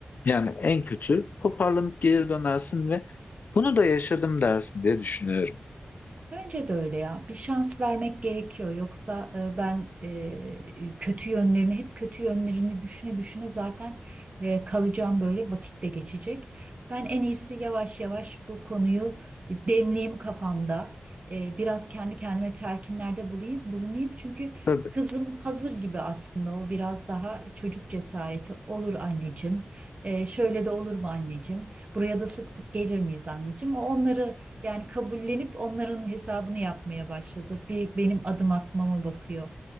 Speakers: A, on the left; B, on the right.
A: Yani en kötü toparlanıp geri dönersin ve bunu da yaşadım dersin diye düşünüyorum.
B: Bence de öyle ya. Bir şans vermek gerekiyor. Yoksa e, ben e, kötü yönlerini, hep kötü yönlerini düşüne düşüne zaten e, kalacağım böyle vakitte geçecek. Ben en iyisi yavaş yavaş bu konuyu demleyeyim kafamda. E, biraz kendi kendime telkinlerde bulayım, bulunayım. Çünkü
A: Tabii.
B: kızım hazır gibi aslında o biraz daha çocuk cesareti olur anneciğim. E, şöyle de olur mu anneciğim? Buraya da sık sık gelir miyiz anneciğim? O onları yani kabullenip onların hesabını yapmaya başladı. Bir benim adım atmama bakıyor.